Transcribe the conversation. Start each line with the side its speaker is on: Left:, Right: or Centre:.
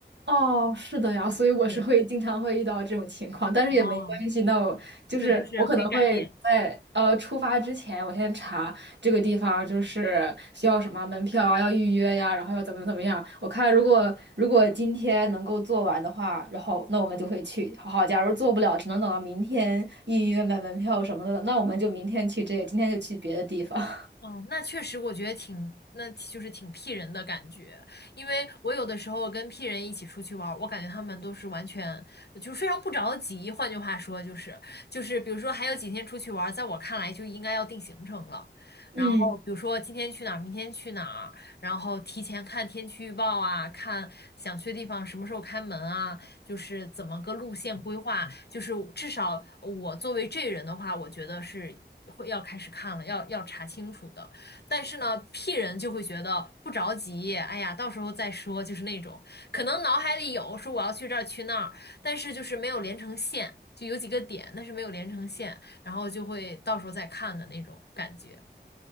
Right: 哦，是的呀，所以我是会经常会遇到这种情况，
Left: 对，
Right: 但是也没关系。
Left: 哦，
Right: 那我就是我可能会在呃出发之前，
Left: 对，就是可以改变。
Right: 我先查这个地方就是需要什么门票啊，要预约呀，然后要怎么怎么样。我看如果如果今天能够做完的话，然后那我们就会去。好，假如做不了，只能等到明天预约买门票什么的，那我们就明天去这个，今天就去别的地方。<laughs>
Left: 哦，那确实，我觉得挺，那就是挺 P 人的感觉，因为我有的时候跟 P 人一起出去玩儿，我感觉他们都是完全就是非常不着急。换句话说，就是就是比如说还有几天出去玩儿，在我看来就应该要定行程了。
Right: 嗯。
Left: 然后比如说今天去哪儿，明天去哪儿，然后提前看天气预报啊，看想去的地方什么时候开门啊，就是怎么个路线规划，就是至少我作为这人的话，我觉得是会要开始看了，要要查清楚的。但是呢，P 人就会觉得不着急，哎呀，到时候再说，就是那种可能脑海里有说我要去这儿去那儿，但是就是没有连成线，就有几个点，但是没有连成线，然后就会到时候再看的那种感觉。